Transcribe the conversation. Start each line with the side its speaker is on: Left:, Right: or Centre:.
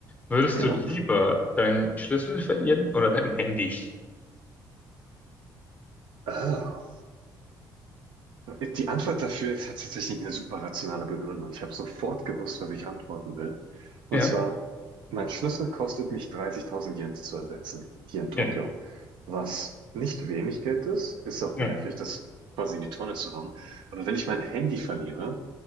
Left: Würdest
Right: Ja.
Left: du
Right: jo.
Left: lieber deinen Schlüssel verlieren oder dein Handy?
Right: Ah. Die Antwort dafür hat tatsächlich eine super rationale Begründung. Ich habe sofort gewusst, was ich antworten will. Und
Left: Ja,
Right: zwar, mein Schlüssel kostet mich 30.000 Yen zu ersetzen, hier in Tokio.
Left: ja,
Right: Was nicht wenig Geld ist, ist auch
Left: ja,
Right: nervig, das quasi in die Tonne zu hauen. Aber wenn ich mein Handy verliere,